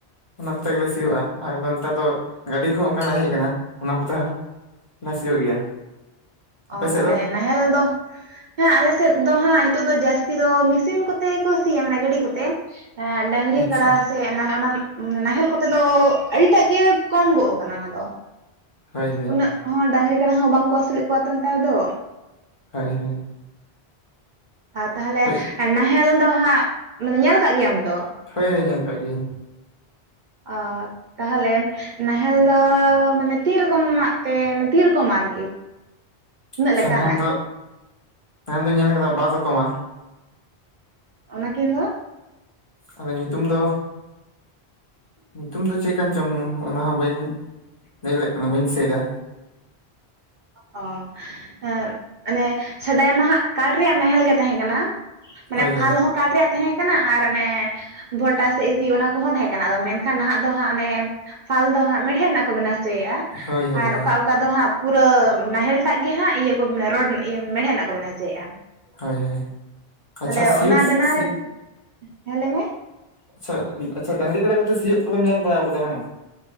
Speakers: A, on the left; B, on the right.
A: ᱚᱱᱟ ᱠᱚᱛᱮ ᱜᱮᱞᱮ ᱥᱤᱭᱳᱜᱼᱟ ᱟᱞᱮ ᱫᱚ ᱱᱮᱛᱟᱨ ᱫᱚ ᱜᱟᱹᱰᱤ ᱠᱚᱦᱚ ᱚᱱᱠᱟᱱᱟᱜ ᱦᱮᱡ ᱟᱠᱟᱱᱟ ᱚᱱᱟ ᱠᱚᱛᱮ ᱥᱤᱭᱳᱜ ᱜᱮᱭᱟ
B: ᱚ
A: ᱟᱯᱮ
B: ᱛᱟᱦᱚᱞᱮ
A: ᱥᱮᱫ ᱫᱚ
B: ᱱᱟᱦᱮᱞ ᱫᱚ ᱦᱮᱸ ᱟᱞᱮ ᱥᱮᱫ ᱫᱚ ᱦᱟᱸᱜ ᱱᱤᱛᱚᱜ ᱫᱚ ᱡᱟᱹᱥᱛᱤ ᱫᱚ ᱢᱮᱥᱤᱱ ᱠᱚᱛᱮ ᱜᱮ ᱠᱚ ᱥᱤᱭᱟ ᱢᱟᱱᱮ ᱜᱟᱹᱰᱤ ᱠᱚᱛᱮ ᱦᱮᱸ ᱰᱟᱝᱨᱤ
A: ᱟᱪᱪᱷᱟ
B: ᱠᱟᱲᱟ ᱥᱮ <unintelligible> ᱚᱱᱟ ᱱᱟᱦᱮᱞ ᱠᱚᱛᱮ ᱫᱚ ᱟᱹᱰᱤᱴᱟᱜ ᱜᱮ ᱠᱚᱢ ᱜᱚᱜ ᱠᱟᱱᱟ ᱚᱱᱟ ᱫᱚ
A: ᱦᱳᱭ ᱦᱳᱭ
B: ᱩᱱᱟᱹᱜ ᱦᱚᱸ ᱰᱟᱹᱟᱝᱨᱤ ᱠᱟᱰᱟ ᱦᱚᱸ ᱵᱟᱝᱠᱚ ᱟᱹᱥᱩᱞᱮᱫ ᱠᱚᱣᱟ ᱛᱚ ᱱᱮᱛᱟᱨ ᱫᱚ
A: ᱦᱳᱭ ᱦᱳᱭ
B: ᱟᱨ ᱛᱟᱦᱚᱞᱮ
A: ᱦᱳᱭ
B: ᱱᱟᱦᱮᱞ ᱫᱚ ᱦᱟᱸᱜ ᱢᱟᱱᱮ ᱧᱮᱞ ᱠᱟᱜ ᱜᱮᱭᱟᱢ ᱛᱚ
A: ᱦᱳᱭ ᱧᱮᱞ ᱠᱟᱜ ᱜᱤᱧ
B: ᱟ ᱛᱟᱦᱚᱞᱮ ᱱᱟᱦᱮᱞ ᱫᱚ ᱢᱟᱱᱮ ᱛᱤᱱ ᱨᱚᱠᱚᱢᱟᱜ ᱢᱟᱱᱮ ᱛᱤᱱ ᱨᱚᱠᱚᱢ ᱟᱨᱠᱤ ᱛᱤᱱᱟᱹᱜ
A: ᱟᱪᱪᱷᱟ
B: ᱞᱮᱠᱟᱱᱟᱜ
A: ᱱᱟᱦᱮᱞ ᱫᱚ ᱱᱟᱦᱮᱞ ᱫᱚᱧ ᱧᱮᱞ ᱟᱠᱟᱫᱟ ᱵᱟᱨ ᱨᱚᱠᱚᱢᱟ
B: ᱚᱱᱟᱠᱤᱱ ᱫᱚ
A: ᱟᱫᱚ ᱧᱩᱛᱩᱢ ᱫᱚ ᱧᱩᱛᱩᱢ ᱫᱚ ᱪᱮᱫᱠᱟᱱ ᱪᱚᱝ ᱚᱱᱟ ᱦᱚᱸ ᱵᱟᱹᱧ ᱞᱟᱹᱭ ᱫᱟᱲᱮ ᱠᱟᱱᱟ ᱵᱟᱹᱧ ᱫᱤᱥᱟᱹᱭ ᱮᱫᱟ
B: ᱚ <unintelligible> ᱢᱟᱱᱮ ᱥᱮᱫᱟᱭ ᱢᱟ ᱦᱟᱸᱜ ᱠᱟᱴ ᱨᱮᱭᱟᱜ ᱱᱟᱦᱮᱞ ᱜᱮ ᱛᱟᱦᱮᱸ ᱠᱟᱱᱟ ᱢᱟᱱᱮ
A: ᱦᱳᱭ
B: ᱯᱷᱟᱞ
A: ᱦᱳᱭ
B: ᱦᱚᱸ ᱠᱟᱴ ᱨᱮᱭᱟᱜ ᱛᱟᱦᱮᱸ ᱠᱟᱱᱟ ᱟᱨ ᱚᱱᱮ ᱵᱷᱴᱟ ᱥᱮ <unintelligible> ᱚᱱᱟ ᱠᱚᱦᱚᱸ ᱛᱟᱦᱮᱸ ᱠᱟᱱᱟ ᱢᱮᱱᱠᱷᱟᱱ ᱱᱟᱦᱟᱜ ᱫᱚ ᱦᱟᱸᱜ ᱚᱱᱮ ᱯᱷᱟᱞ ᱫᱚ ᱦᱟᱸᱜ ᱢᱮᱲᱦᱮᱫ ᱨᱮᱱᱟᱜ ᱠᱚ ᱵᱮᱱᱟᱣ ᱦᱚᱪᱚᱭᱮᱫᱼᱟ
A: ᱦᱳᱭ ᱦᱳᱭ
B: ᱟᱨ
A: ᱦᱳᱭ
B: ᱚᱠᱟ ᱚᱠᱟ ᱫᱚ ᱦᱟᱸᱜ ᱯᱩᱨᱟᱹ ᱱᱟᱦᱮᱞ ᱴᱟᱜ ᱜᱮ ᱦᱟᱸᱜ ᱤᱭᱟᱹ ᱠᱚ ᱨᱚᱲ ᱤᱭᱟᱹ ᱢᱮᱦᱮᱫ ᱨᱮᱱᱟᱜ ᱠᱚ ᱵᱮᱱᱟ ᱦᱚᱪᱚᱭᱮᱫᱼᱟ
A: ᱦᱳᱭ ᱦᱳᱭ ᱟᱪᱪᱷᱟ
B: ᱛᱟᱦᱞᱮ
A: ᱥᱤᱭᱳᱜ
B: ᱚᱱᱟ ᱵᱮᱱᱟᱣ
A: ᱥᱤ
B: ᱨᱮᱱ ᱦᱮᱸ ᱞᱟᱹᱭ ᱢᱮ
A: ᱟᱪᱪᱷᱟ ᱟᱪᱪᱷᱟ ᱰᱟᱝᱨᱤ ᱠᱟᱰᱟ ᱠᱚᱫᱚ ᱥᱤᱭᱳᱜ ᱠᱚᱫᱚᱢ ᱧᱮᱞ ᱵᱟᱲᱟ ᱠᱟᱫᱟ ᱵᱟᱝ